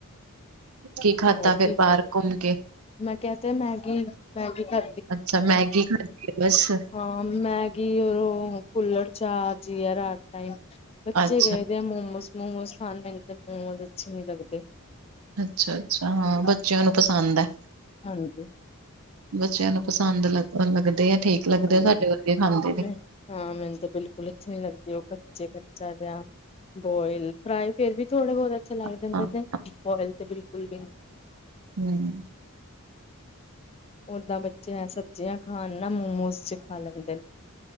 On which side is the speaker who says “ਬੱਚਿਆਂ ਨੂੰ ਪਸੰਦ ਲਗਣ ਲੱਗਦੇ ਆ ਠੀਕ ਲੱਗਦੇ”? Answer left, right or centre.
Right